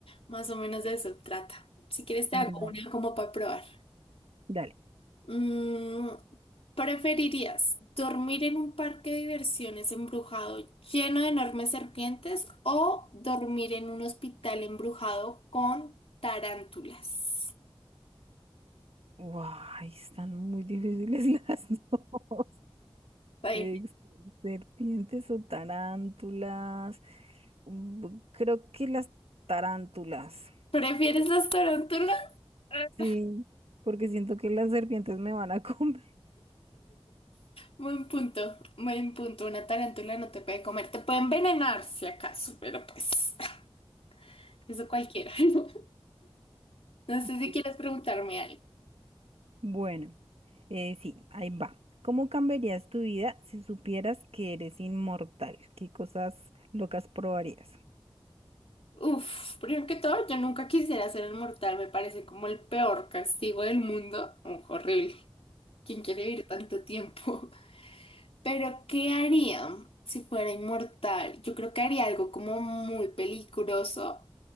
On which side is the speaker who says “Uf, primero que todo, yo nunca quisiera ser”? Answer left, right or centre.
Left